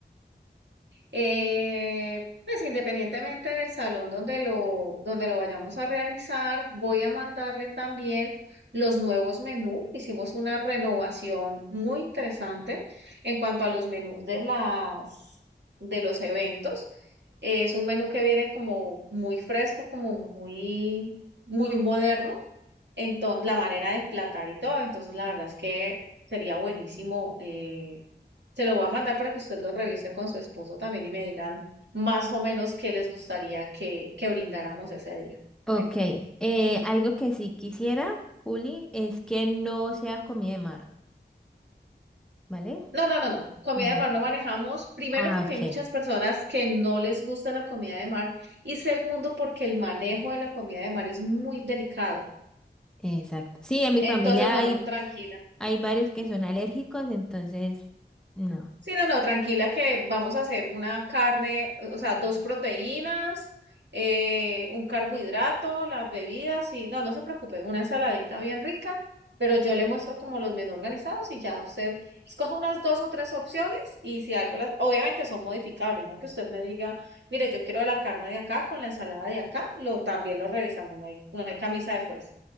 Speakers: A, on the right; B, in the centre.
A: Eh, pues independientemente del salón donde lo, donde lo vayamos a realizar, voy a mandarle también los nuevos menús. Hicimos una renovación muy interesante en cuanto a los menús de las, de los eventos. Es un menú que viene como muy fresco, como muy, muy moderno Entonces, la manera de emplatar y todo. Entonces, la verdad es que sería buenísimo. eh, se lo voy a mandar para que usted lo revise con su esposo también y me digan más o menos qué les gustaría que, que brindáramos ese día.
B: Ok,
A: ¿vale?
B: eh, algo que sí quisiera, Juli, es que no sea comida de mar, ¿vale?
A: No, no, no, no. Comida
B: Ujú.
A: de mar no manejamos. Primero,
B: Ah,
A: porque
B: ok,
A: hay muchas personas que no les gusta la comida de mar. Y segundo, porque el manejo de la comida de mar es muy delicado.
B: exacto. Sí, en mi
A: Entonces,
B: familia
A: no,
B: hay,
A: no, tranquila.
B: hay varios que son alérgicos, entonces, no.
A: Sí, no, no, tranquila que vamos a hacer una carne, o sea, dos proteínas, eh, un carbohidrato, las bebidas y no, no se preocupe, una ensaladita bien rica, pero yo le muestro como los menús organizados y ya usted escoja unas dos o tres opciones y si algo, las, obviamente son modificables, ¿no? Que usted me diga, mire, yo quiero la carne de acá con la ensalada de acá, lo también lo revisamos, no hay, no hay camisa de fuerza.